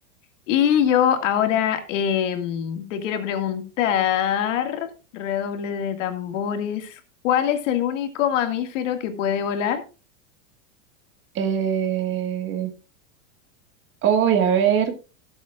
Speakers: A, on the left; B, on the right.
A: Y yo ahora em, te quiero preguntar, redoble de tambores, ¿cuál es el único mamífero que puede volar?
B: Eh, hoy, a ver,